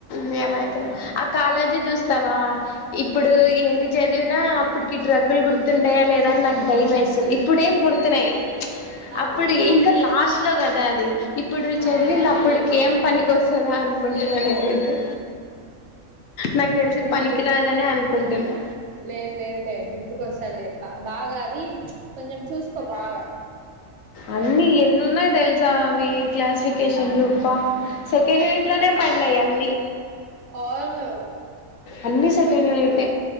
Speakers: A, on the left; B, on the right.
A: మేమైతే ఆ కాలేజీ చూస్తావా? ఆ ఇప్పుడు ఎన్ని చదివిన అప్పటికి డ్రగగులు గుర్తుంటాయా లేదా అని నాకు భయం వేసింది ఇప్పుడేం గుర్తున్నాయి.
B: ఆ,
A: అప్పుడు ఇంకా లాస్ట్ లో కదా అది ఇప్పుడు
B: ఆ,
A: చదివింది
B: ఆ.
A: అప్పటిక ఏం పనికొస్తదా అనుకుంటున్నా నేనైతే నాకు తెలిసి
B: గుర్తు
A: పనికి రాదని అనుకుంటున్నా
B: లేదు లేదు లే గుర్తుకొస్తాదిలే బా బాగా అది కొంచెం చూసుకో బాగా
A: అన్ని ఎన్నున్నాయి తెలుసా అవి క్లాసిఫికేషన్ లు అబ్బా సెకండ్ యూనిట్ లోనే పడినాయి అన్ని
B: అవును
A: అన్ని second unit